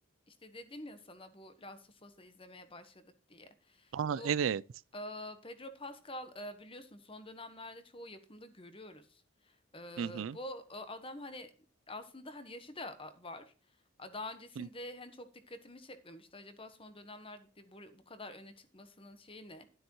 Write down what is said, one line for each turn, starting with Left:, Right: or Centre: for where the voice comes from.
Left: İşte dedim ya sana bu Last of Us'ı izlemeye başladık diye.
Right: Aa
Left: Bu
Right: evet.
Left: e, Pedro Pascal e, biliyorsun son dönemlerde çoğu yapımda görüyoruz. E,
Right: Hı hı.
Left: bu e, adam hani aslında hani yaşı da a- var. A, Daha öncesinde
Right: Hı.
Left: hani çok dikkatimi çekmemişti. Acaba son dönemlerde bu, bu kadar öne çıkmasının şeyi ne?